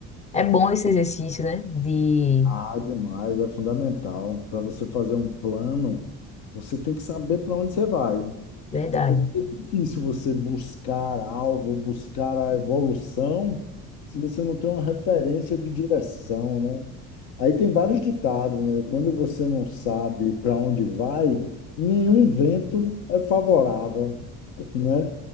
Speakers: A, on the left (about 25°); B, on the left (about 80°).
A: É bom esse exercício, né? De
B: ah, demais, é fundamental. Para você fazer um plano, você tem que saber para onde você vai.
A: verdade.
B: Porque é difícil você buscar algo, buscar a evolução, se você não tem uma referência de direção, né? Aí tem vários ditados, né? Quando você não sabe para onde vai, nenhum vento é favorável, né?